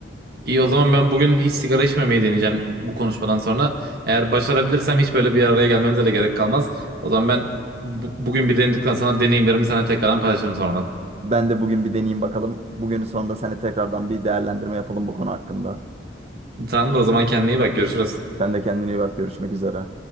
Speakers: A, on the right; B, on the right.
A: İyi o zaman ben bugün hiç sigara içmemeyi deneyeceğim bu konuşmadan sonra. Eğer başarabilirsem hiç böyle bir araya gelmemize de gerek kalmaz. O zaman ben bu- bugün bir denedikten sonra deneyimlerimi sana tekrardan paylaşırım sonradan.
B: Ben de bugün bir deneyeyim bakalım. Bugünün sonunda seninle tekrardan bir değerlendirme yapalım bu konu hakkında.
A: Tamamdır o zaman kendine iyi bak görüşürüz.
B: Sen de kendine iyi bak görüşmek üzere.